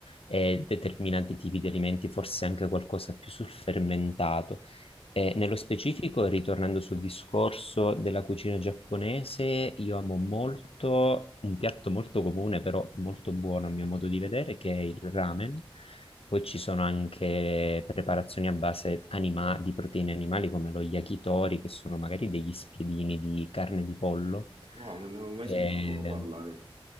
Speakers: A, on the left; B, on the right.
A: eh, determinati tipi di alimenti, forse anche qualcosa più sul fermentato. Eh, nello specifico, ritornando sul discorso della cucina giapponese, io amo molto un piatto molto comune, però molto buono a mio modo di vedere, che è il ramen. Poi ci sono anche preparazioni a base anima- di proteine animali come lo yakitori, che sono magari degli spiedini di carne di pollo.
B: Wow, non ne avevo mai
A: Ehm,
B: sentito parlare.